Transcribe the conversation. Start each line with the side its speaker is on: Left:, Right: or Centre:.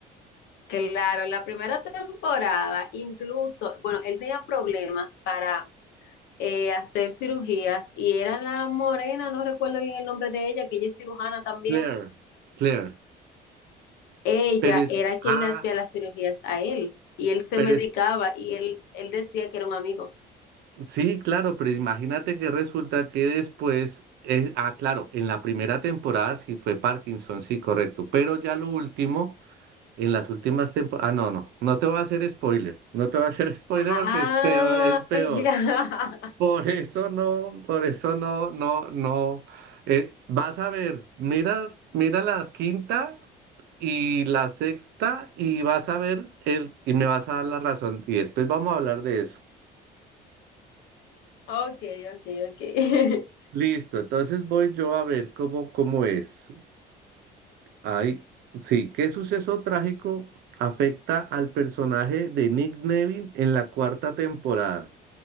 Left: Claro, la primera temporada, incluso, bueno, él tenía problemas para eh, hacer cirugías y era la morena, no recuerdo bien el nombre de ella, que ella es cirujana también.
Right: Claire, Claire.
Left: Ella
Right: Pero es,
Left: era quien
Right: ah,
Left: le hacía las cirugías a él y él se
Right: pero
Left: medicaba
Right: es
Left: y él, él decía que era un amigo.
Right: Sí, claro, pero imagínate que resulta que después, eh, ah, claro, en la primera temporada sí fue Parkinson, sí, correcto, pero ya lo último, en las últimas temporadas, ah, no, no, no te voy a hacer spoiler, no te voy a hacer <laughs> spoiler
Left: Ah,
Right: porque es peor, es peor.
Left: ya. <laughs>
Right: Por eso no, por eso no, no, no, eh, vas a ver, mira, mira la quinta y la sexta y vas a ver el, y me vas a dar la razón y después vamos a hablar de eso.
Left: Ok, ok, ok. <laughs>
Right: Listo, entonces voy yo a ver cómo, cómo es. Ay, sí, ¿qué suceso trágico afecta al personaje de Nick Neville en la cuarta temporada?